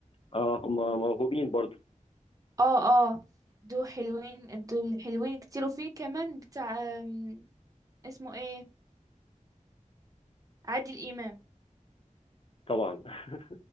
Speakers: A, on the left (about 45°); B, on the right (about 25°).
A: اه هم موهوبين برضه
B: اه اه دول حلوين دول حلوين كتير وفي كمان بتاع آم، اسمه ايه عادل امام
A: طبعا <laughs>